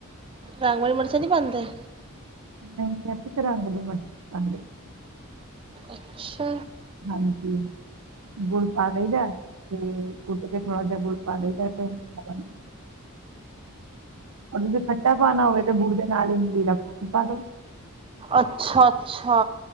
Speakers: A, on the right (about 25°); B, on the right (about 85°).
A: ਰਾਂਗਵਾਲੀ ਮਣਸਾ ਨੀ ਬਣਦੇ।
B: ਨਈ ਤੇ ਅਸੀਂ ਤੇ ਰੰਗ ਆਲੀ ਮਰਚਾਂ ਪਾਂਦੇ।
A: ਅੱਛਾ।
B: ਹਾਂਜੀ। ਗੁੜ ਪਾ ਦੇਈਦਾ ਤੇ ਕੁੱਟ ਕੇ ਥੋੜਾ ਜਿਹਾ ਗੁੜ ਪਾ ਦੇਈਦਾ ਤੇ ਮਿੱਠਾ ਬਣ ਜਾ ਅਗਰ ਤੁਸੀਂ ਖੱਟਾ ਪਾਉਣਾ ਹੋਵੇ ਤੇ ਗੁੜ ਦੇ ਨਾਲ ਈ ਇਮਲੀ ਦਾ <unintelligible> ਪਾ ਦੋ।
A: ਅੱਛਾ ਅੱਛਾ।